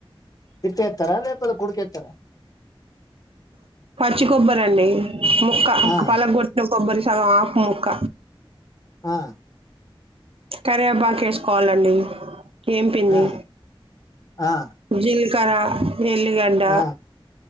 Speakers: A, on the left; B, on the right.
A: తిప్పస్తారా లేపోద కుడుకస్తారా
B: పచ్చి కొబ్బరండి ముక్క
A: ఆ,
B: పలగొట్ట కొబ్బరి సగం ఆఫ ముక్క
A: ఆ
B: కరేబాక వేసుకోవాలండి ఏంపింది
A: ఆ, ఆ,
B: జీ కుక్కర ఎల్లిగడ్డ
A: ఆ,